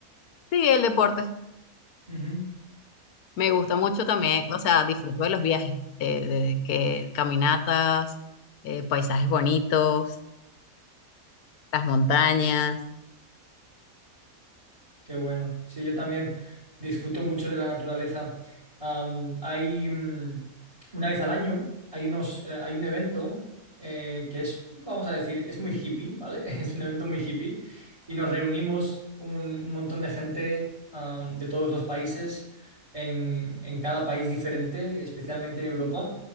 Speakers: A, on the left (about 80°); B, on the right (about 20°).
A: sí, el deporte.
B: Ujú.
A: Me gusta mucho también, o sea, disfruto de los viajes, de, de que caminatas, eh, paisajes bonitos, las montañas,
B: Qué bueno. Sí, yo también disfruto mucho de la naturaleza. Am, hay mm, una vez al año, hay unos, eh, hay un evento eh, que es, vamos a decir, es muy hippie, ¿vale? <laughs> Es un evento muy hippie y nos reunimos un, un montón de gente am, de todos los países en, en cada país diferente, especialmente en Europa.